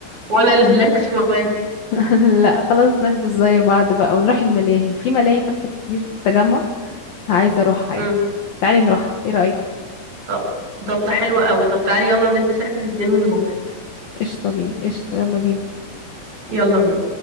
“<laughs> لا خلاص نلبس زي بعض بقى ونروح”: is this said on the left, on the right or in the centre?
Left